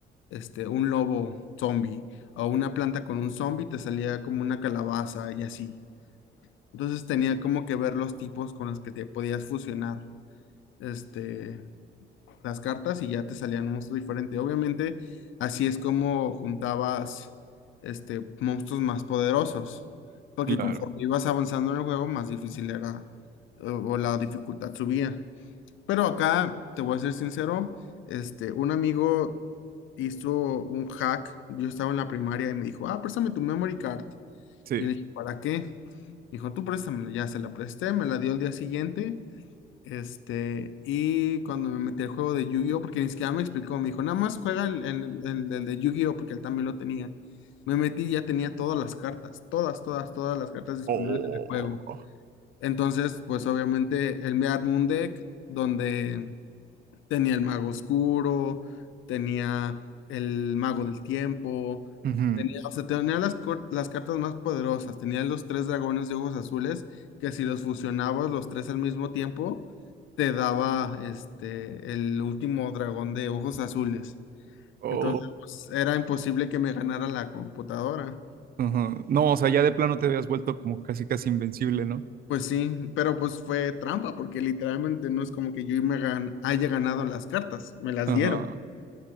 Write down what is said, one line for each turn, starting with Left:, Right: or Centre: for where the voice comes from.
Left: este, un lobo zombie. O una planta con un zombie, te salía como una calabaza y así. Entonces tenía como que ver los tipos con los que te podías fusionar. Este, las cartas y ya te salían un monstruo diferente. Obviamente, así es como juntabas este, monstruos más poderosos, porque
Right: Claro,
Left: conforme ibas avanzando en el juego, más difícil era o, o la dificultad subía. Pero acá, te voy a ser sincero, este, un amigo hizo un hack, yo estaba en la primaria y me dijo, ah, préstame tu memory card.
Right: sí.
Left: Y yo le dije, ¿para qué? Dijo, tú préstamela, ya se la presté, me la dio el día siguiente este, y cuando me metí al juego de Yu-Gi-Oh, porque ni siquiera me explicó, me dijo, nada más juega el, el- el- el de Yu-Gi-Oh, porque él también lo tenía. Me metí y ya tenía todas las cartas, todas, todas, todas las cartas disponibles
Right: Oh.
Left: en el juego. Entonces, pues obviamente él me armó un deck donde Tenía el mago oscuro, tenía el mago del tiempo,
Right: Ujú.
Left: tenía, o sea, tenía las, cor- las cartas más poderosas, tenía los tres dragones de ojos azules, que si los fusionabas los tres al mismo tiempo, te daba este, el último dragón de ojos azules.
Right: Oh.
Left: Entonces, pues, era imposible que me ganara la computadora.
Right: Ajá. No, o sea, ya de plano te habías vuelto como casi casi invencible, ¿no?
Left: Pues sí, pero pues fue trampa, porque literalmente no es como que yo me gan- haya ganado las cartas, me las
Right: Ajá.
Left: dieron.